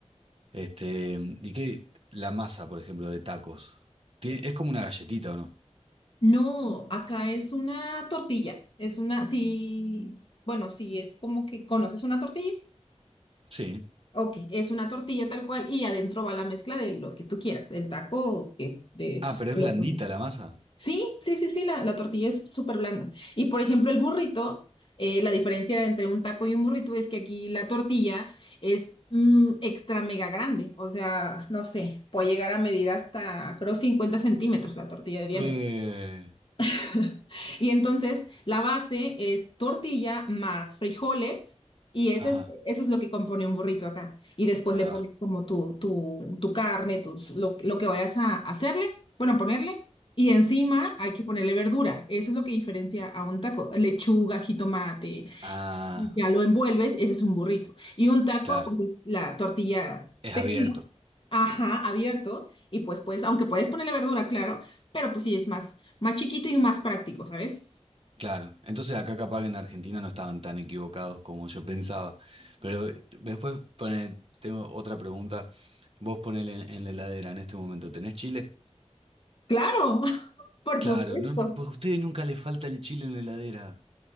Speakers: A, on the right; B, on the left.
A: Este, ¿y qué? La masa, por ejemplo, de tacos. Tie- es como una galletita, ¿o no?
B: No, acá es una tortilla, es una, sí, bueno, sí, es como que conoces una tortilla.
A: Sí.
B: Ok, es una tortilla tal cual y adentro va la mezcla de lo que tú quieras, el taco, que de,
A: Ah, pero
B: de
A: es blandita
B: lo-
A: la masa.
B: Sí, sí, sí, sí, la, la tortilla es súper blanda. Y por ejemplo, el burrito, eh, la diferencia entre un taco y un burrito es que aquí la tortilla es mm, extra mega grande. O sea, no sé, puede llegar a medir hasta, creo, 50 centímetros la tortilla de diámetro.
A: Eh,
B: <laughs> Y entonces la base es tortilla más frijoles y ese
A: ajá,
B: es- eso es lo que compone un burrito acá. Y después
A: ahí
B: le
A: va.
B: pones como tu, tu, tu carne, tus, lo, lo que vayas a hacerle, bueno, a ponerle. Y encima hay que ponerle verdura. Eso es lo que diferencia a un taco. Lechuga, jitomate,
A: Ah,
B: ya lo envuelves, ese es un burrito. Y un taco,
A: claro.
B: pues es la tortilla
A: Es
B: pequeña,
A: abierto.
B: ajá, abierto. Y pues, pues, aunque puedes ponerle verdura, claro, pero pues sí es más, más chiquito y más práctico, ¿sabes?
A: Claro. Entonces acá capaz que en Argentina no estaban tan equivocados como yo pensaba. Pero eh, después pone, tengo otra pregunta. Vos ponele en, en la heladera en este momento. ¿Tenés chile?
B: Claro, <laughs> por
A: Claro,
B: supuesto.
A: no, pues a ustedes nunca les falta el chile en la heladera.